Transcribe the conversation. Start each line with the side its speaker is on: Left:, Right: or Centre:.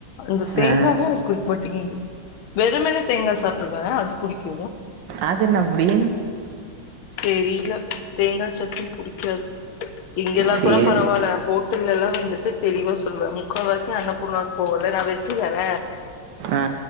Left: அந்த தேங்காவே
Right: ஆ
Left: எனக்கு புடிக்க மாட்டேங்குது வெறுமனே தேங்கா சாப்டுவ அது புடிக்கு
Right: அதென்ன அப்டி
Left: தெரில தேங்கா சட்னி புடிக்காது இங்கெலா
Right: சரி
Left: கூட பரவால்ல ஹோட்டல் இதுலல்லா வந்துட்டு தெளிவா சொல்வ முக்கா வாசி அன்னபூர்ணாக்கு போவல்ல நா வெஜ்ஜுதான
Right: ஆ